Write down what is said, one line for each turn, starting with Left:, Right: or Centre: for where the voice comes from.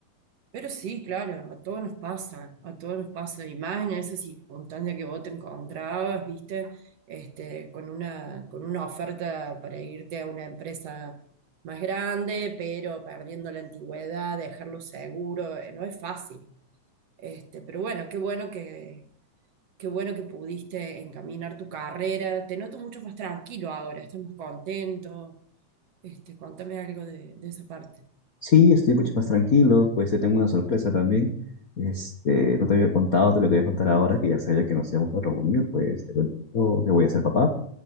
Right: Pero sí, claro, a todos nos pasa, a todos nos pasa, y más en esa circunstancia que vos te encontrabas, viste, este, con una, con una oferta para irte a una empresa más grande, pero perdiendo la antigüedad, dejarlo seguro, eh, no es fácil. Este, pero bueno, qué bueno que, qué bueno que pudiste encaminar tu carrera. Te noto mucho más tranquilo ahora, estás más contento. Este, contame algo de, de esa parte,
Left: Sí, estoy mucho más tranquilo, pues te tengo una sorpresa también. Este,
Right: ¿no?
Left: no te había contado, te lo quería contar ahora, que ya sabía que nos íbamos a reunir, pues te cuento que voy a ser papá.